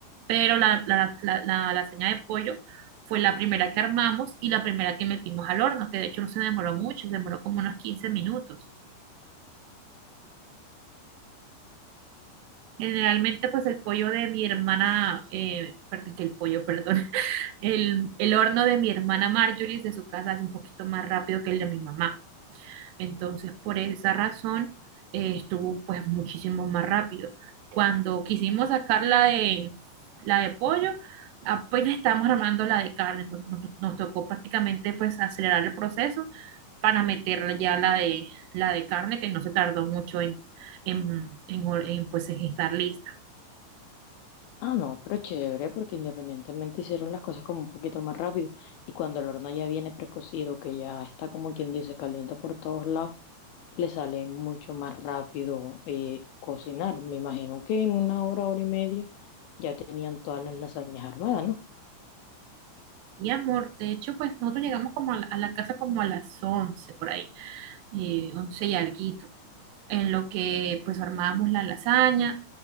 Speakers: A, on the right; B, on the left.
A: pero la, la, la, la lasaña de pollo fue la primera que armamos y la primera que metimos al horno, que de hecho no se demoró mucho, se demoró como unos 15 minutos. Generalmente, pues el pollo de mi hermana, eh, perdón, que el pollo, perdón, <laughs> el, el horno de mi hermana Marjorie de su casa es un poquito más rápido que el de mi mamá. Entonces, por esa razón, eh, estuvo pues muchísimo más rápido. Cuando quisimos sacar la de, la de pollo, apenas estábamos armando la de carne, entonces nos, nos tocó prácticamente pues acelerar el proceso para meterla ya la de, la de carne, que no se tardó mucho en, en, en, en, pues, en estar lista.
B: Ah, no, pero chévere, porque independientemente hicieron las cosas como un poquito más rápido y cuando el horno ya viene precocido, que ya está como quien dice, caliente por todos lados. le sale mucho más rápido eh, cocinar. Me imagino que en una hora, hora y media ya tenían todas las lasañas armadas, ¿no?
A: Sí, amor, de hecho, pues nosotros llegamos como a la, a la casa como a las 11 por ahí, eh, 11 y alguito, en lo que pues armábamos la lasaña,